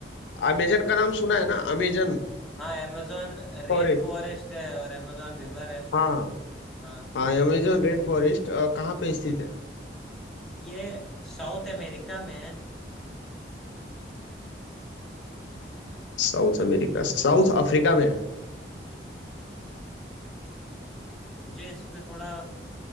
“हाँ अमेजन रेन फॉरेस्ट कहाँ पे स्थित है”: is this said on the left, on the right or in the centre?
Left